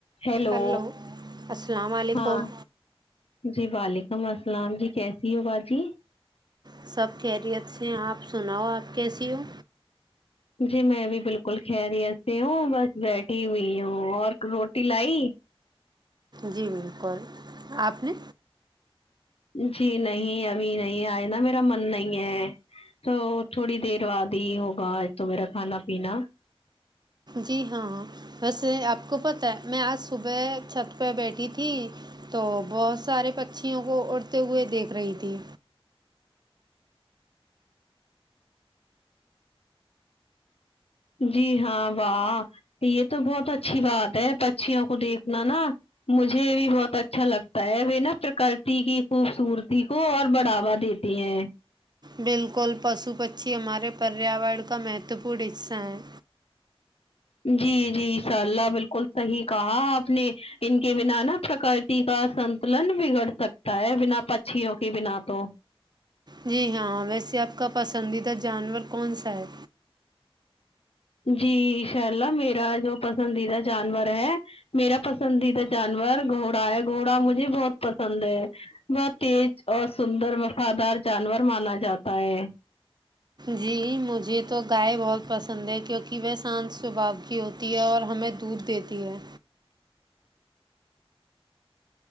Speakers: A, on the left (about 75°); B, on the right (about 45°).
A: hello
B: hello السلام علیکم
A: ہاں جی وعلیکم السلام جی کیسی ہو باجی
B: سب خیریت سے ہیں آپ سناؤ آپ کیسی ہو
A: جی میں بھی بالکل خہریت سے ہوں بس بیٹھی ہوئی ہوں اور روٹی لائی
B: جی بالکل آپ نے
A: جی نہیں ابھی نہیں آئے نا میرا من نہیں ہے تو تھوڑی دیر بعد ہی ہوگا تو میرا کھانا پینا
B: جی ہاں ویسے آپ کو پتہ ہے میں آج صبح چھت پہ بیٹھی تھی تو بہت سارے پچیوں کو اڑتے ہوئے دیکھ رہی تھی
A: جی ہاں واہ یہ تو بہت اچھی بات ہے پچیوں کو دیکھنا نا مجھے بھی بہت اچھا لگتا ہے وہ نا پرکرتی کی خوبصورتی کو اور بڑھاوا دی تی ہے
B: بالکل پشو پچھی ہمارے پریاورن کا مہتوپورن حصہ ہیں
A: جی جی ان شاء اللہ بالکل صحیح کہا آپ نے ان کے بنا نہا پرکرتی کا سنتلن بگڑ سکتا ہے بنا پچیوں کے بنا تو
B: جی ہاں ویسے آپ کا پسندیدہ جانور کون سا ہے
A: جی انشاء اللہ میرا جو پسندیدہ جانور ہے میرا پسندیدہ جانور گھوڑا ہے گھوڑا مجھے بہت پسند ہے بہت تیز اور سندر وفادار جانور مانا جاتا ہے
B: جی مجھے تو گائے بہت پسند ہے کیونکہ وہ سانت سباؤ کی ہوتی تی ہے اور ہمیں دودھ دیتی ہے